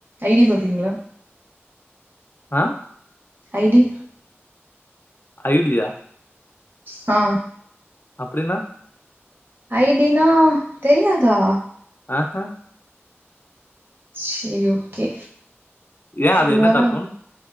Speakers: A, on the right; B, on the left.
A: ஐடி பாப்பீங்களா
B: ஆ
A: ஐடி
B: ஆயுட்ரியா
A: ஆ
B: அப்டின்னா
A: ஐடினா தெரியாதா
B: ஆ ஹா
A: செரி ஓகே
B: ஏன் அது
A: ஒரு
B: என்ன
A: வேல
B: கார்ட்டூன்?